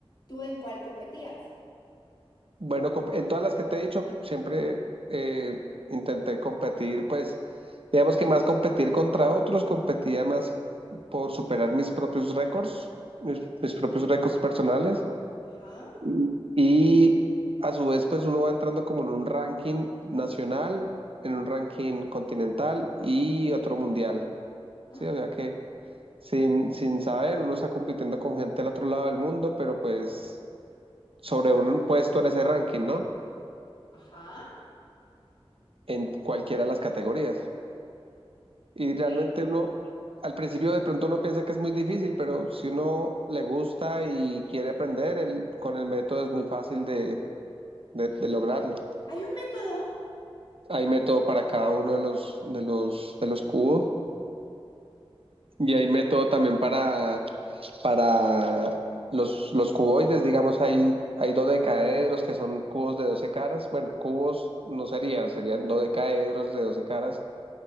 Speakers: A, on the left; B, on the right.
A: ¿tú en cuál competías?
B: Bueno, com- en todas las que te he dicho, siempre eh, intenté competir, pues, digamos que más competir contra otros, competía más por superar mis propios récords, mis, mis propios récords personales.
A: Ajá.
B: Y y a su vez, pues uno va entrando como en un ranking nacional, en un ranking continental y otro mundial,
A: ¡Ah!
B: ¿sí? O sea que sin, sin saber, uno está compitiendo con gente del otro lado del mundo, pero pues sobre un puesto en ese ranking, ¿no?
A: Ajá.
B: en cualquiera de las categorías. Y
A: ok.
B: realmente uno, al principio de pronto uno piensa que es muy difícil, pero si uno le gusta y quiere aprender, el, con el método es muy fácil de, de, de lograrlo.
A: ¿Hay un método?
B: Hay método para cada uno de los, de los, de los cubos y hay método también para, para los, los cuboides, digamos, hay, hay dodecaedros que son cubos de 12 caras. Bueno, cubos no serían, serían dodecaedros de 12 caras